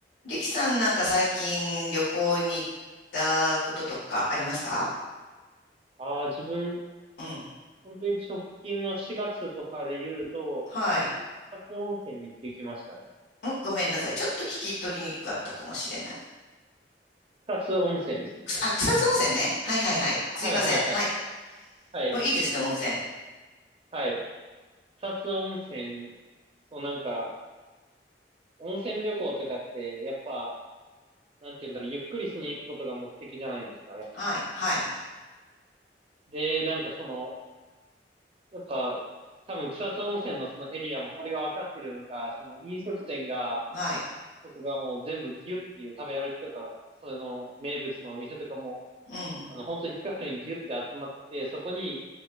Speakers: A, on the left; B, on the right.
A: リキさんなんか最近旅行に行ったこととかありますか
B: ああ、自分、
A: うん。
B: 本当に直近の4月とかで言うと、
A: はい。
B: 自分、草津温泉に行ってきましたね。
A: うん、ごめんなさい。ちょっと聞き取りにくかったかもしれない。
B: 草津温泉ですね。
A: くさあ、草津温泉ね。はいはいはい。
B: はいはいはい。
A: すいません。はい。
B: はい、
A: おいいですね、温泉。
B: はい。草津温泉、そうなんか、温泉旅行とかって、やっぱ、なんて言うんだろう、ゆっくりしに行くことが目的じゃないですか。やっ
A: はい、はい、
B: で、なんかその、やっぱ、多分草津温泉のそのエリアもそれが分かってるのか、その飲食店が、
A: はい。
B: とかがもう全部ギュッっていう食べ歩きとか、その名物のお店とかも、
A: うん、
B: あの、本当に一箇所にギュって集まって、そこに、